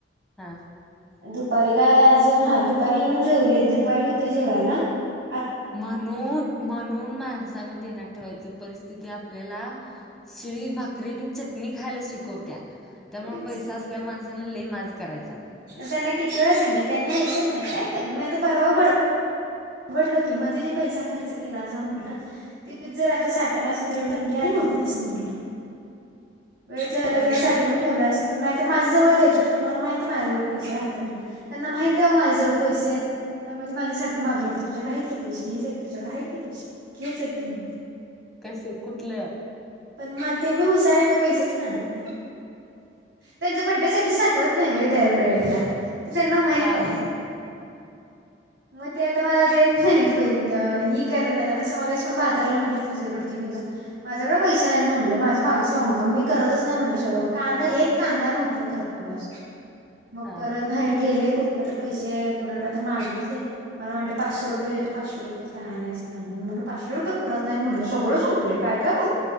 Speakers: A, in the centre; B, on the right (about 75°).
A: हा.
B: दुपारी काय आज, हा दुपारी येऊन जेवले, दुपारी होते जेवायला आ
A: म्हणून, म्हणून माणसान ध्येनात ठेवायच परिस्थिती आपल्याला शिळी भाकरी आणि चटणी खायला शिकवत्या. त्यामुळे
B: होयच
A: पैसा
B: की
A: असल्यावर माणसाण लई माज करायचा नाही.
B: त्यांना किती वेळ सांगितले, त्यांनी ऐकत नाही काय करू मी आता परवा बड डलो कि मध्ये जो पैसा मध्ये जे पैसा खर्च केलासा म्हटलं. ते जर आता साठवल असत तर, एवढी तगी आली नव्हती, नसती म्हंटलं. वेळच्या, वेळेला
A: होय
B: जरा साठवून
A: की
B: ठेवलास. नाही तर माझ्याजवळ दयाच होत, तुम्हाला माहिती हाय माझ्याजवळ पैसे राहत्या म्हणून. त्यांना माहित आहे वो माझ्याजवळ पैसे आहेत, त्यामुळ ते माझ्या सारख माग लागलं, तुझ्याकडे आहेत की पैशे, घे जा की तुझ्याकडे आहेत की पैशे, घे जा की म्हणतोय.
A: कस कुठलं?
B: पण मग ते मी हुशार आहे मी पैसेच काढत नाही, त्यांच्या बडेसाठी साठवत नाही व्हय दरवेळेला, ते त्यांना माहित
A: हा
B: हाय.
A: हा हा
B: मग ते आता मला देत नाहीत वयन ही करत नाही आता तसं पण बाजारला म्हटले तुझ्याकडचे घेऊन जा. माझ्याकडे पैसे नाहीत म्हटलं, माझं मागच लागु नका, मी करतच नाही म्हटलं, स्वयंपाक कांदा एक कांदा नव्हता घरात मगाशी. मग
A: हा
B: परत बाहेर गेले, कुठन तर पैसे कोणाला तर मागितले. मला म्हणते पाचशे रुपय देतो, पाचशे रुपयात काय आणायचं ते आण, मी म्हटलं पाचशे रुपये पुरतं नाही म्हटलं सगळं संपलंय काय -काय